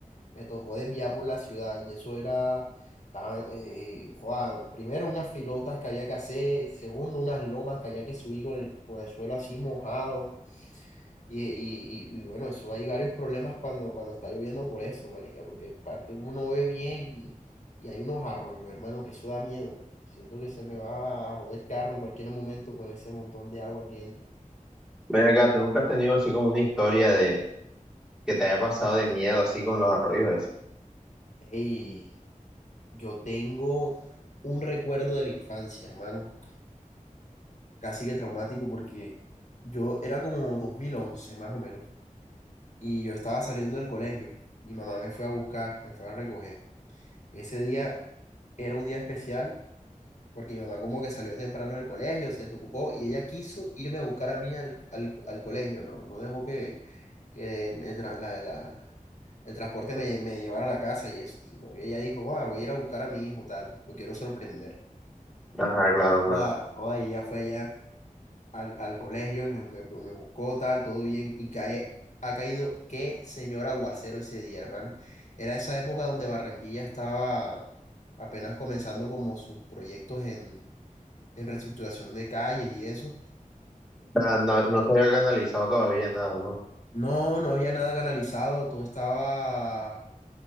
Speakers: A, on the left (about 60°); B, in the centre.
A: Me tocó desviar por la ciudad y eso era, estaba, eh, eh, joda, primero unas filotas que había que hacer, segundo unas lomas que había que subir con el, con el suelo así mojado. Y, y, y, y bueno, eso hay varios problemas cuando, cuando está lloviendo por eso, marica, porque parte uno no ve bien y, y hay unos arroyos, hermano, que eso da miedo, man. Siento que se me va a joder el carro en cualquier momento con ese montón de agua que entra.
B: Ven acá, ¿tú nunca has tenido así como una historia de que te haya pasado de miedo así con los arroyos? Eso?
A: Ey, yo tengo un recuerdo de la infancia, hermano, casi que traumático porque yo era como 2011 más o menos y yo estaba saliendo del colegio. Mi mamá me fue a buscar, me fue a recoger. Ese día era un día especial porque mi mamá como que salió temprano del colegio, se desocupó y ella quiso irme a buscar a mí al, al- al colegio, no, no dejó que, que el, tra- la- la- el transporte me, me llevara a la casa y eso, sino que ella dijo, "Ah, voy a ir a buscar a mi hijo, tal, lo quiero sorprender.
B: Ajá, claro,
A: Oda,
B: claro.
A: oda, y ella fue allá al, al colegio, y me, me, pues, me buscó, tal, todo bien, y cae, ha caído, qué señor aguacero ese día, hermano. Era esa época donde Barranquilla estaba apenas comenzando como sus proyectos en en reestructuración de calles y eso.
B: O sea, no, no se había analizado todavía nada, ¿no?
A: No, no había nada canalizado, todo estaba,